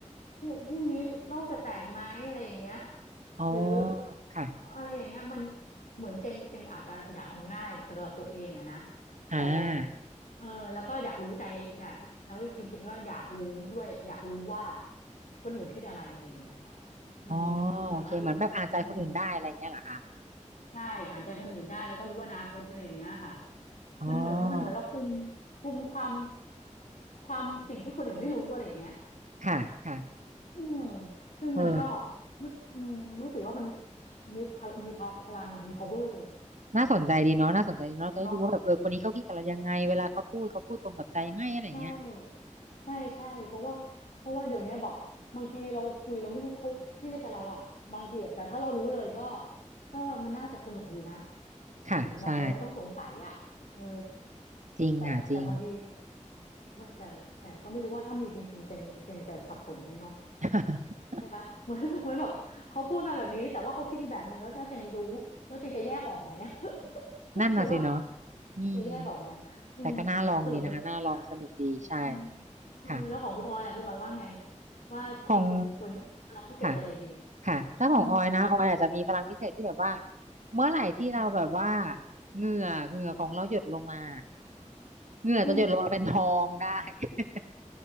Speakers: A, on the left; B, on the right.
A: พรุ่งพรุ่งนี้โลกจะแตกไหมอะไรอย่างเงี้ย
B: อ๋อ
A: หรือ
B: ค่ะ
A: อะไรอย่างเงี้ยมันเหมือนเจงเจงอาจจะอยากเอาง่ายสำหรับตัวเองอะนะ
B: อ่า
A: แต่เออแล้วก็อยากรู้ใจอยากแล้วจริงๆก็อยากรู้ด้วยอยากรู้ว่าคนอื่นคิดอะไรอะไรอย่างเงี้ยค่ะ
B: อ๋อ
A: มีแบบว่ารู้อืม
B: โอเคเหมือนแบบอ่านใจคนอื่นได้อะไรเงี้ยเหรอคะ
A: ใช่ อ่านใจคนอื่นได้ แล้วก็รู้อนาคตอะไรอย่างเงี้ยค่ะ
B: อ๋อ
A: มันเหมือนมันเหมือนเราคุมคุมความความสิ่งที่คนอื่นไม่รู้อะไรอย่างเงี้ย
B: ค่ะค่ะ
A: อืมซึ่งมันก็
B: เออ
A: รู้สึกอืมรู้สึกว่ามันมีพลมีพลังอ่ะมี power
B: น่าสนใจดีเนาะน่าสนใจดีเนาะเราจะได้ดูว่าแบบเออคนนี้เขาคิดกันแล้วยังไงเวลาเขาพูดเขาพูดตรงกับใจไหมอะไรเงี้ย
A: <laughs> เนาะ ใช่ใช่ใช่เพราะว่าเพราะว่าเดี๋ยวนี้แบบบางทีเราคุยเราไม่รู้เขาเขาคิดอะไรกับเราอ่ะบางทีอะแต่ถ้าเรารู้เลยก็ก็มันน่าจะสนุกดีนะ
B: ค่ะใช่
A: เหมือนแบบเราไม่ต้องสงสัยอ่ะเออ
B: จริงค่ะจริง
A: แต่แต่บางทีแต่แต่ก็ไม่รู้ว่าถ้ามีจริงๆเจงเจงจะสับสนไหมเนาะ
B: <laughs>
A: ใช่ไหม <laughs> เหมือนเหมือนแบบเขาพูดมาแบบนี้แต่ว่าเขาคิดอีกแบบหนึ่งแล้วถ้าเจงรู้แล้วเจงจะแยกออกไหม <laughs>
B: นั่นน่ะสิเนาะ
A: ใช่ป่ะ
B: อืม
A: จะแยกออกไหมอืมสรุปมันดีไหมล่ะ
B: แต่ก็น่าลองดีนะคะน่าลองสนุกดีใช่
A: อืมเออแล้วของคุณออยอ่ะคุณออยว่าไง
B: ค่ะ
A: ว่าจริงๆควรร้องพิเศษอะไรดี
B: ของค่ะค่ะถ้าของออยนะออยอาจจะมีพลังพิเศษที่แบบว่า
A: อืม
B: เมื่อไหร่ที่เราแบบว่า
A: อืม
B: เหงื่อเหงื่อของเราหยดลงมาเหงื่อจะหยดลงมาเป็นทองได้
A: อืม
B: <laughs>